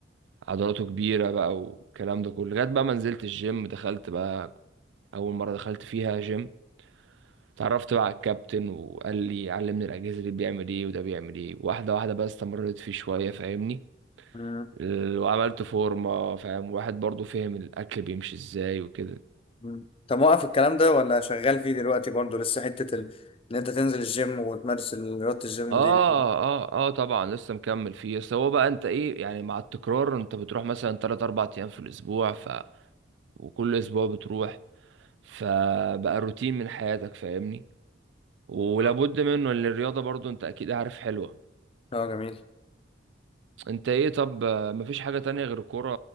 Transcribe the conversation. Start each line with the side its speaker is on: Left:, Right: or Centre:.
Right: عضلاته كبيره بقى والكلام ده كله لغايه بقى ما نزلت الجيم دخلت بقى اول مره دخلت فيها جيم اتعرفت بقى على الكابتن وقال لي علمني الاجهزه دي بيعمل ايه وده بيعمل ايه واحده واحده بقى استمريت فيه شويه فاهمني
Left: مم.
Right: ال- وعملت فورمه فاهم واحد برضو فهم الاكل بيمشي ازاي وكده
Left: مم. طب موقف الكلام ده ولا شغال فيه دلوقتي برضو لسه حتة ال... ان انت تنزل الجيم وتمارس ال- رياضة الجيم
Right: اه
Left: دي
Right: اه اه طبعا لسه مكمل فيه بس هو بقى انت ايه يعني مع التكرار انت بتروح مثلا 3 4 ايام في الاسبوع وكل اسبوع بتروح فبقى روتين من حياتك فاهمني ولابد
Left: اه
Right: منه ان الرياضة برضو انت اكيد عارف حلوة
Left: آه، جميل
Right: انت ايه طب آه، مفيش حاجة تانية غير الكورة